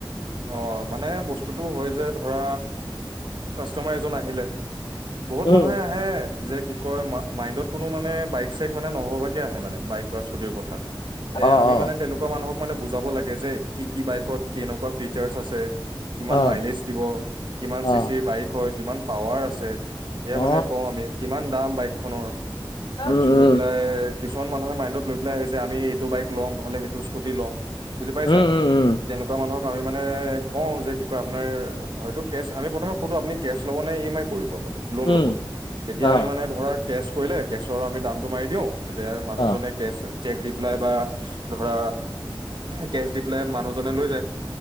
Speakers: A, on the right (about 60°); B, on the left (about 65°).
A: অহ মানে বস্তুটো হয় যে ধৰা কাষ্টমাৰ এজন আহিলে বহুত
B: উম
A: মানুহে আহে যে কি কয় মাইণ্ডত কোনো মানে বাইক চাইক মানে নভাবাকে আহে মানে বাইক বা স্কুটিৰ কথা তে
B: অ
A: আমি
B: অ
A: মানে তেনেকুৱা মানুহক মানে বুজাব লাগে যে কি কি বাইকত কি এনেকুৱা ফি ফ্ৰিৰ্ছ আছে কিমান
B: অ
A: মাইলেজ দিব কিমান
B: অ
A: চি চিৰ বাইক হয় কিমান পাৱাৰ আছে সেয়া
B: অ
A: মানে কওঁ আমি কিমান দাম বাইক খনৰ তাৰপিছত
B: উম উম
A: গৈ পেলাই কিছু মানুহে মাইণ্ডত লৈেলাই আহিছে যেমি এইটো বাইক ল'মহলে সেইটো স্কটি লম বুজি পাইছা
B: উম উম
A: তেনেকুৱা মানুহক আমি এ কও যে কি কয় আপোনাৰ হয় কে আমি প্ৰথমে সধো আপুনি কেছ ল'ব নে ই এম আই কৰিব লোন
B: উম
A: ল'ব তেতিয়া
B: উম উম অ
A: আমি মানে ধৰা কেছ কৰিলে কেছৰ আমি দামটো মাৰি দিওঁ তেতিয়া মানুহজনে
B: অ
A: কেচ চেক দি পেলাই বা ধৰা কেচ দি পেলাই মানুহজনে লৈ যায়